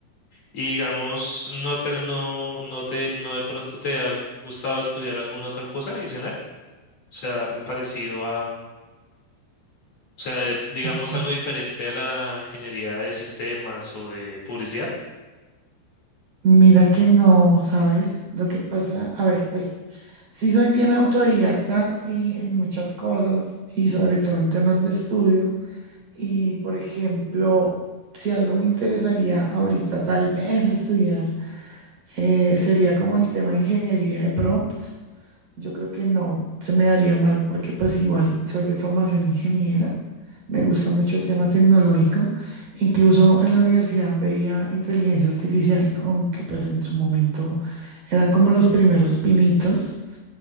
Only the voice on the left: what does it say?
Y digamos, no te, no, no te, no de pronto te ha gustado estudiar alguna otra cosa adicional, o sea, algo parecido O sea, de- digamos
algo diferente a la ingeniería de sistemas o de publicidad.